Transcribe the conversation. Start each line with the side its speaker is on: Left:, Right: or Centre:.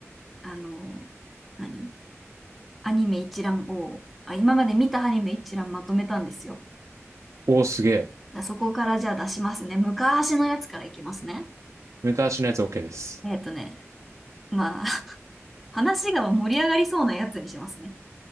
Centre: あの、何アニメ一覧を、あ、今まで見たアニメ一覧まとめたんですよ。
Right: おー、すげえ。
Centre: だそこからじゃあ出しますね。昔のやつからいきますね。
Right: 昔のやつ OK です。
Centre: えっとね、まあ、<laughs> 話が盛り上がりそうなやつにしますね。